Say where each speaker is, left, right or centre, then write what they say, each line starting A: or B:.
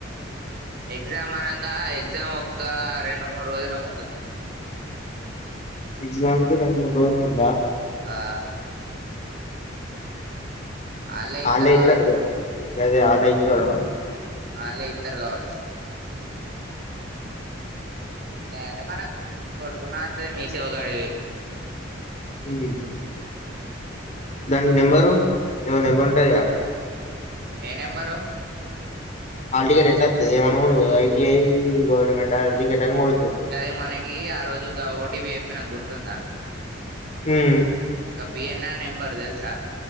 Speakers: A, on the right; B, on the left.
A: ఎగ్జామ్ అనగా ఎగ్జామ్ ఒక రెండు మూడు రోజుల ముందు
B: ఎగ్జామ్ కి రెండు మూడు రోజుల ముందా
A: ఆ ఆళ్ళే ఇత్తరు
B: అల్లే ఇత్తరూ
A: కావచ్చు
B: గా గదే అల్లే ఇత్తరు.
A: అల్లె ఇత్తరు కావచ్చు. లేదంటే మనం కొట్టుకున్న అత్తది మీసేవ కాడికి పోయి.
B: హుహు దాని నెంబరు ఏమో నెంబరు ఉంటాది గా.
A: ఏ నెంబరు.
B: హల్ టికెట్ ఎట్లా అత్తది ఏమని కొడతావ్ ఐటిఐ గవర్నమెంట్ హల్ టికెట్ అని కొడతావ్.
A: గాదె మనకి ఆ రోజు గా ఓటిపి చెప్పినామ్ గుర్తుందా.
B: హ్మ్.
A: గా పిఎన్ఆర్ నెంబర్ తెలుసా‌.